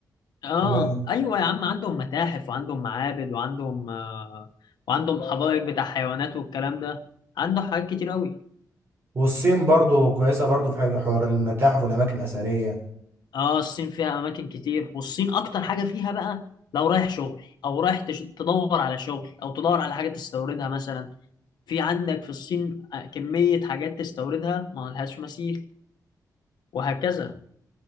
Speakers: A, on the left; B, on the right.
A: اه
B: و-
A: ايوه يا عم عندهم متاحف وعندهم معابد وعندهم آه وعندهم حدائق بتاع حيوانات والكلام ده عنده حاجات كتير قوي
B: والصين برضو كويسة برضو في حاجة- حوار المتاحف والأماكن الأثرية
A: اه الصين فيها اماكن كتير والصين اكتر حاجه فيها بقى لو رايح شغل او رايح تش- تدور على شغل او تدور على حاجه تستوردها مثلا في عندك في الصين آه، كميه حاجات تستوردها ما لهاش مثيل وهكذا